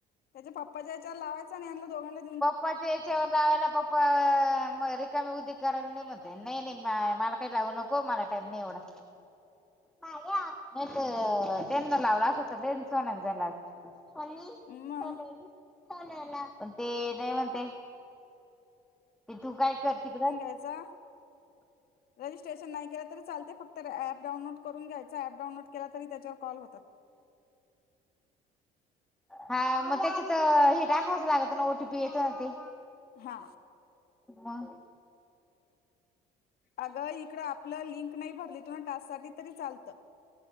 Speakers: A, on the left; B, in the centre.
A: ह्याच्या पप्पाच्या हच्याला लावायचना हनां दोघांनला
B: पप्पा त्याच्यावर लावायला पप्पा रिकामी उदी करायला नाही म्हणतेत. नाही नाही बाय, मला काही लावू नको, मला टाईम नाही एवढं. नाहीत त्यांना लावलं असं तर ते कोणाला झाल असत, कोणी,
A: मग
B: कोणी, कोणाला. ते नाही म्हणते, की तू काय करते तिकडं?
A: त्येचा.
B: <unintelligible>
A: रजिस्ट्रेशन नाही केलं तरी चालते, फक्त अँप डाऊनलोड करून घ्यायचा अँप डाउनलोड केला तरी त्याच्यावर कॉल होतात.
B: हा मग त्याच्यात हे दाकवचं लागत ना ओटीपी येतो ना ते?
A: हा.
B: मग.
A: अग इकड आपलं लिंक नाही भरली, त टास्क साठी तरी चालतं.